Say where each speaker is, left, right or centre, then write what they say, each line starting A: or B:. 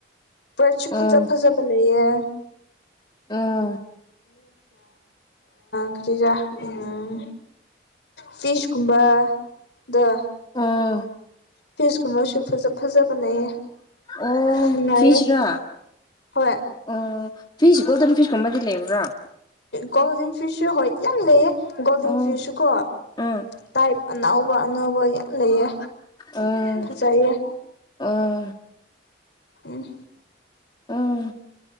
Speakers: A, on the left; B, on the left.
A: ꯐꯔꯁꯨ
B: ꯑꯣ
A: ꯐꯖꯕ ꯐꯖꯕ ꯂꯩꯦ
B: ꯑꯣ
A: ꯀꯇꯖ ꯎꯝ ꯐꯤꯤꯁ ꯀꯨꯝꯕ ꯑ
B: ꯑꯥ
A: ꯐꯦꯁꯀꯨꯝꯁꯨ ꯐꯖ ꯐꯖꯕ ꯂꯩꯌꯦ
B: ꯑꯣ
A: ꯅꯨꯡꯉꯥꯏꯌꯦ
B: ꯐꯤꯁ ꯔ
A: ꯍꯣꯏ
B: ꯑꯣ ꯐꯤꯁ ꯒꯣꯜꯗꯟ ꯐꯤꯁꯀꯨꯝꯕꯗꯤ ꯂꯩꯕ꯭ꯔꯥ
A: ꯒꯣꯜꯗꯟ ꯐꯤꯁꯁꯨ ꯍꯣꯏ ꯌꯥꯝ ꯂꯩꯌꯦ ꯒꯣꯜꯗꯟ
B: ꯑꯣ
A: ꯐꯤꯁꯁꯨꯀꯣ
B: ꯎꯝ
A: ꯇꯥꯏ ꯑꯅꯧꯕ ꯑꯅꯧꯕ ꯌꯥꯝ ꯂꯩꯌꯦ
B: ꯑꯣ
A: ꯐꯖꯩꯌꯦ
B: ꯑꯣ
A: ꯎꯝ
B: ꯑꯝ